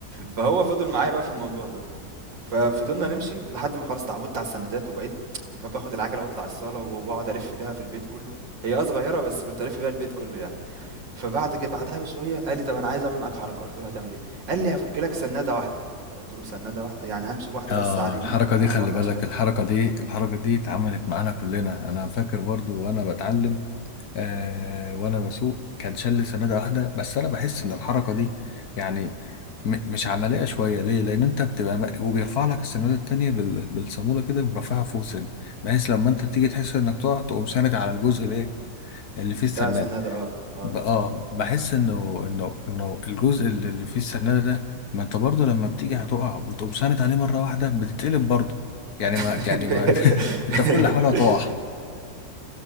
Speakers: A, on the right (about 85°); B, on the left (about 60°).
A: فهو فضل معايا بقى في الموضوع ده ففضلنا نمشي لحد ما خلاص اتعودت على السندات وبقيت ب- باخد العجلة واطلع الصالة واقعد الف بيها في البيت كله هي اه صغيرة بس كنت الف بيها البيت كله يعني فبعد كده بعدها بشوية قال لي: "طب أنا عايز أعمل معاك حركة." قُلت له: "هتعمل إيه؟" قال لي: "هافُك لك سنّادة واحدة." قُلت له: "سنّادة واحدة؟ يعني هامشي بواحدة
B: اه
A: بس على
B: الحركه
A: اليمين أو
B: دي خلي
A: واحدة
B: بالك
A: على الشمال؟"
B: الحركه دي الحركه دي اتعملت معانا كلنا انا فاكر برضو وانا بتعلم آه وانا بسوق كان شل سناده واحده بس انا بحس ان الحركه دي يعني م مش عمليه شويه ليه لان انت بتبقى م- وبيرفع لك السناده التانيه بال بالصاموله كده يقوم رافعها فوق سن بحيث لما انت تيجي تحس انك تقع تقوم ساند على الجزء الايه اللي
A: بتاع
B: فيه السرناد
A: السنّادة آه، آه.
B: ب- اه بحس انه انه انه الجزء اللي اللي فيه السرناد ده ما انت برضه لما بتيجي هتقع وتقوم ساند عليه مره واحده بتتقلب برضه يعني
A: <laughs>
B: ما يعني ما <laughs> انت في كل الاحوال هتقع